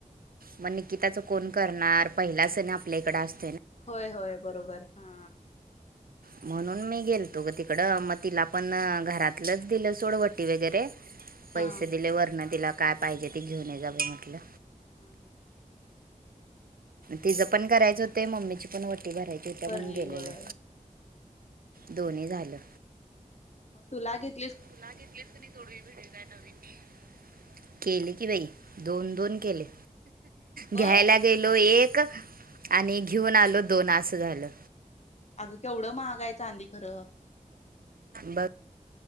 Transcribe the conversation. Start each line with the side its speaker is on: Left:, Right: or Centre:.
Right: मग निकिताच कोण करणार पहिला सण आपल्या इकड असत
Left: होय होय बरोबर हा
Right: म्हणून मी गेलतो ग तिकडं म तिला पण घरात लंच दिलं सोडवटी वगैरे पैसे
Left: हा हा
Right: दिले वर्ण तिला काय पाहिजे ते घेऊन ये जा बाई म्हटलं
Left: हा हा
Right: तिचं पण करायच होते मम्मीची पण वटी भरायची होती
Left: भरली
Right: म्हणून गेलेलो
Left: होय
Right: दोन्ही झालं
Left: मतुलागीत
Right: तुला घेतलीस का नाय जोडवी बिडवी नवीन केले की बय दोन दोन केले
Left: होय
Right: घ्यायला गेलो एक ग आणि घीऊन आलोत दोन आसं झालं
Left: अगं, केवढी महाग आहे चांदी खरं
Right: बस